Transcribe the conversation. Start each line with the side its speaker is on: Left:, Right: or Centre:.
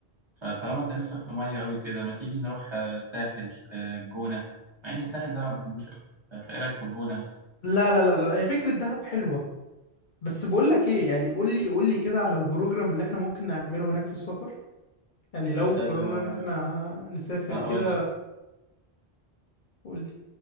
Right: فطالما انت نفسك في ميه قوي كده ما تيجي نروح آه، ساحل آه، الجونه مع ان الساحل ده ما بحبوش قوي فايه رايك في الجونه مثلا
Left: لا لا لا لا هي فكرة دهب حلوة بس بقول لك ايه يعني قول لي قول لي كده على البروجرام اللي احنا ممكن نعمله هناك في السفر يعني لو
Right: أه
Left: قررنا ان احنا نسافر
Right: اقول
Left: كده
Right: لك
Left: قول لي